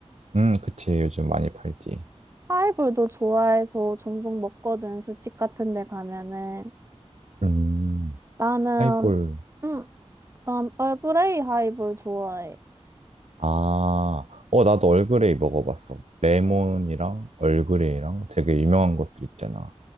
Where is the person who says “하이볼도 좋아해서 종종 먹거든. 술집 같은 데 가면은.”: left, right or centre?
Right